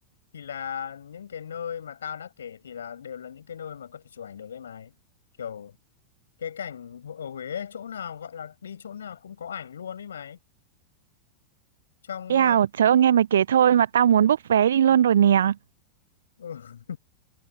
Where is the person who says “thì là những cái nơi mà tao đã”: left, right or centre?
Left